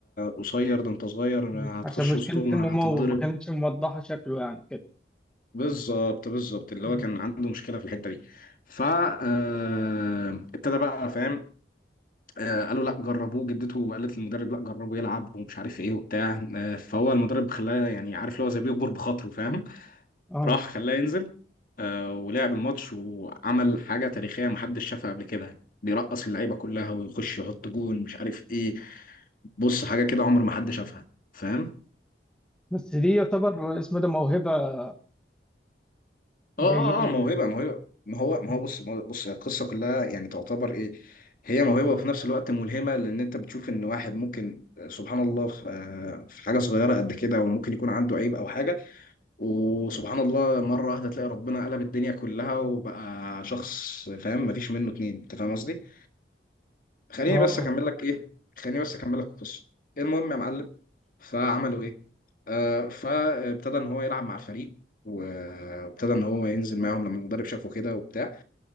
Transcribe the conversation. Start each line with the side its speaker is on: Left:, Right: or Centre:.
Left: قصير ده انت صغير
Centre: مم.
Left: هتخش
Centre: عشان مشكلة
Left: وسطهم
Centre: النمو
Left: هتتضرب
Centre: ما كانتش موضحة شكله يعني كده
Left: بالظبط بالظبط اللي
Centre: مم.
Left: هو كان عنده مشكله في الحته دي فابتدى بقى فاهم آه، قالوا لا جربوه جدته قالت للمدرب لا جربه يلعب ومش عارف ايه وبتاع آه، فهو المدرب خلاه يعني عارف اللي هو زي بيكبر بخاطره فاهم
Centre: اه
Left: راح خلاه ينزل آه، ولعب الماتش وعمل حاجة تاريخية محدش شافها قبل كده بيرقص اللعيبة كلها ويخش يحط جون مش عارف ايه بص حاجة كده عمر ما حد شافها فاهم
Centre: بس دي يعتبر اسمه ده موهبة جاية
Left: اه اه
Centre: له
Left: آه، آه، موهبة
Centre: يعني
Left: موهبة ما هو ما
Centre: مم.
Left: هو بص بص القصة كلها يعني تعتبر ايه هي موهبة وفي نفس الوقت ملهمة لأن أنت بتشوف إن واحد ممكن آه، سبحان الله في آه، في حاجة صغيرة قد كده وممكن يكون عنده عيب أو حاجة وسبحان الله مرة واحدة تلاقي ربنا قلب الدنيا كلها وبقى شخص فاهم مفيش منه اتنين أنت فاهم قصدي؟ خليني
Centre: اه
Left: بس اكمل لك ايه خليني بس اكمل لك القصه المهم يا معلم فعملوا ايه آه فابتدى ان هو يلعب مع الفريق وابتدى ان هو ينزل معاهم لما المدرب شافه كده وبتاع